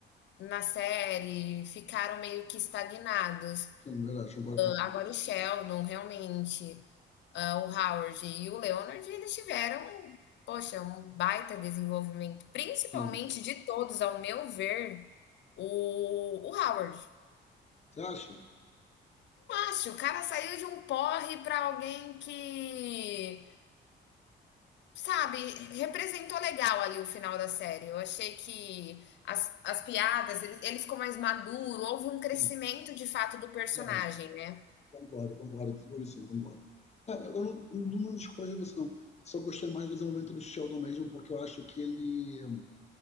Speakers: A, on the left; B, on the left.
A: na série, ficaram meio que estagnados.
B: Sim, é verdade, concordo. contigo.
A: Agora o Sheldon, realmente, ah, o Howard e o Leonard, eles tiveram, poxa, um baita desenvolvimento. Principalmente
B: Sim.
A: de todos, ao meu ver, o, o Howard.
B: Você acha?
A: Acho, o cara saiu de um porre para alguém que Sabe, representou legal ali o final da série. Eu achei que as, as piadas, eles, ele ficou mais maduro, houve um crescimento
B: Sim.
A: de fato do personagem,
B: É,
A: né?
B: concordo, concordo. Ou sim, concordo. É, eu não, não, não discordo de você, não. Só gostei mais do desenvolvimento do Sheldon mesmo, porque eu acho que ele,